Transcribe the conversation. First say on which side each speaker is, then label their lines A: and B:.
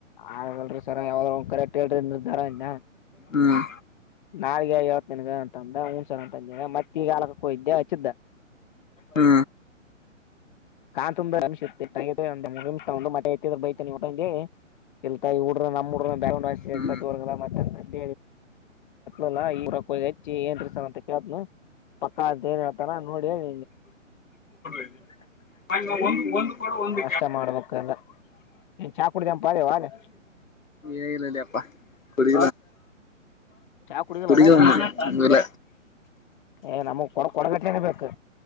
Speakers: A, on the left; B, on the left.
A: ಆಲ್ರಿ ಸರ ಯಾವ್ದ ಒ ಕರೆಕ್ಟ್ ಹೇಳ್ರರಿ ನಿಧರಿಂದ
B: ಹ್ಮ್
A: ನಾಗೆ ವತ್ ನನ್ಗ ಅಂತ ಅಂದ ಹುನ್ಸಾರ್ ಅಂತ ಅ ಮತ್ತ ಈಗಾಲಕ್ಕ ಹೋಯ್ದೆ ಹಚ್ಚಿದ್ದ
B: ಹ್ಮ
A: ಕಾ ತುಂಬಾ ನಿಮ್ಷ ಒಂದು ಮಟೆ ಎತ್ತಿದ್ರ ಬೈತಾನ ಊಂದಿ ಇಲ್ತ ಹಊಡ್ರ ನಮ್ಮಡ ಬ ಸ
B: ಹ್ಮ್
A: ಮತ್ತೆತ ಇಲ್ಲ ಈರ ಹೆಚ್ಚಿ ಏನ್ಸ ಅಂತ ಕೇಳಿದ್ನು ಪಕ್ಕ ಅ ಏನ್ ಹೇಳ್ತಾನ ನೋಡನ್
B: ಇದೆ ಒಂದು ಒಂದು ಒಂದು
A: ಅಷ್ಟೇ ಮಾಡ್ಬೇಕಲ್ಲ ನೀನ್ ಚಾ ಕುಡ್ದನ್ ಪಾಳೆ ವಾಲೆ
B: ಏಲ್ಲ ಅಪ್ಪ ಕುಡ
A: ಚಾ ಕುಡಿದಿಲ್ಲಲ್ಲ
B: ಕುಡಗ
A: ನೀನ್
B: ಬಂದ
A: ಏ ನಮಗ್ ಕೊಡ ಕೊಡಗಟ್ಲೆನೆ ಬೇಕು